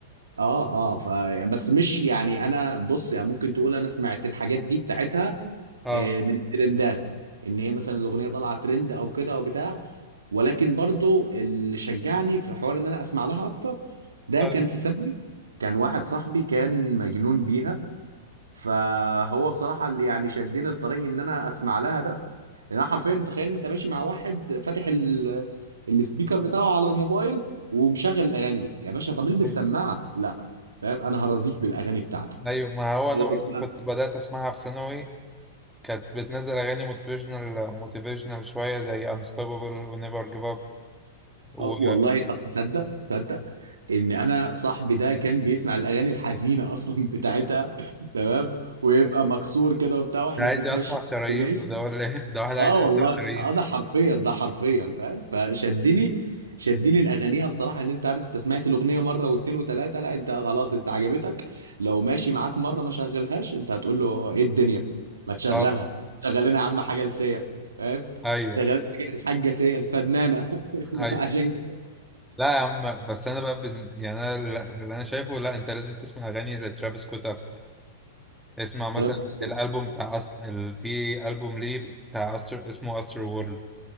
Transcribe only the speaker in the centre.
اه
ايوه
ايوه
أيوة، ما هو
انا برضو كنت بدات اسمعها في ثانوي كانت بتنزل اغاني موتيفيشنال موتيفيشنال شويه زي انستوبابل ونيفر جيف اب و
ده عايز
يقطع
شرايينه
ده ولا ايه <laughs> ده واحد عايز
يقطع
شرايينه
اه
ايوه
ايوه
لا يا عم بس انا بقى بن... يعني انا اللي انا شايفه لا انت لازم تسمع اغاني لترافيس سكوت اكتر اسمع مثلا
الالبوم بتاع أس... ال... في البوم ليه بتاع أستر... اسمه استر وورلد